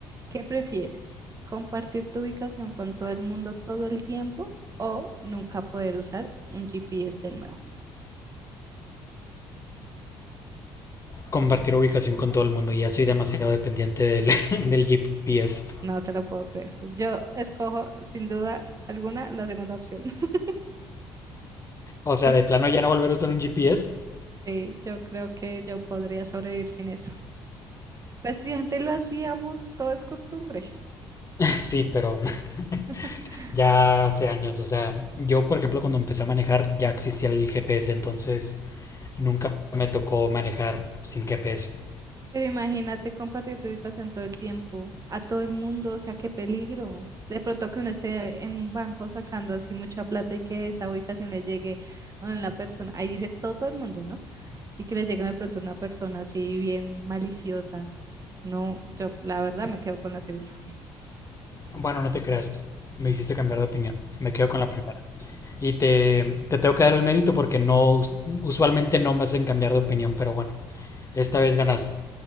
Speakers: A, on the right (about 30°); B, on the left (about 30°).
A: ¿qué prefieres? ¿Compartir tu ubicación con todo el mundo todo el tiempo o nunca poder usar un GPS de nuevo?
B: compartir ubicación con todo el mundo. Ya soy demasiado dependiente del, <laughs> del GPS.
A: No te lo puedo creer. Yo escojo sin duda alguna la segunda opción. <laughs>
B: O sea,
A: O s-
B: de plano ya no volver a usar un GPS.
A: sí, yo creo que yo podría sobrevivir sin eso. Pues si antes lo hacíamos, todo es costumbre.
B: <laughs> Sí, pero <laughs>
A: <laughs>
B: ya hace años. O sea, yo, por ejemplo, cuando empecé a manejar ya existía el GPS, entonces nunca me tocó manejar sin GPS.
A: Pero imagínate compartir tu ubicación todo el tiempo, a todo el mundo, o sea, qué peligro. De pronto que uno esté en un banco sacando así mucha plata y que esa ubicación le llegue a la persona, ahí dice todo el mundo, ¿no? Y que le llegue de pronto una persona así bien maliciosa. No, yo la verdad me quedo con la segunda.
B: Bueno, no te creas. Me hiciste cambiar de opinión. Me quedo con la primera. Y te, te tengo que dar el mérito porque no usualmente no me hacen cambiar de opinión, pero bueno, esta vez ganaste.